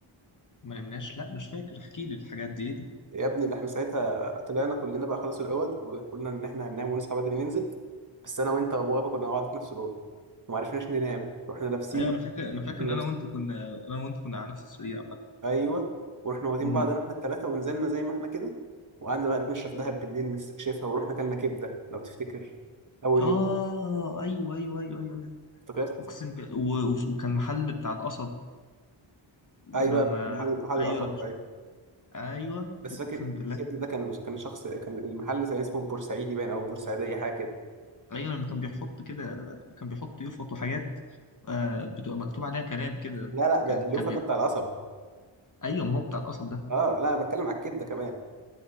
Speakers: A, on the left; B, on the right.
A: ما نمناش لا مش فاكر احكي لي الحاجات دي إيه دي
B: يا ابني ده احنا ساعتها طلعنا كلنا بقى خلاص العوض وقلنا ان احنا هننام ونصحى بدري ننزل بس انا وانت وابو غابه كنا مع بعض في نفس الاوضه وما عرفناش ننام واحنا لابسين
A: ايوه انا فاكر انا فاكر
B: كنا
A: ان انا
B: لابسين
A: وانت كنا انا وانت كنا على نفس السرير عامه
B: ايوه ورحنا واخدين
A: أمم.
B: بعضنا احنا الثلاثه ونزلنا زي ما احنا كده وقعدنا بقى نتمشى في دهب بالليل نستكشفها ورحنا كلنا كبده لو تفتكر اول
A: اه
B: يوم
A: ايوه ايوه ايوه ايوه أيوة.
B: افتكرت
A: اقسم بالله و- وف- وكان محل بتاع القصب لما
B: ايوه محل محل القصب
A: ايوه لما
B: ايوه
A: ايوه
B: بس
A: اقسم
B: فاكر
A: بالله
B: كبده ده كان كان شخص كان المحل كان اسمه بورسعيدي باين او بورسعيدي حاجه كده
A: ايوه لما كان بيحط كده كان بيحط يفط وحاجات آه بتبقى مكتوب عليها كلام كده
B: لا لا ده
A: كان
B: اليوفا
A: كان بيبقى
B: ده بتاع القصب
A: ايوه ما هو بتاع القصب ده
B: اه لا انا بتكلم على الكبده كمان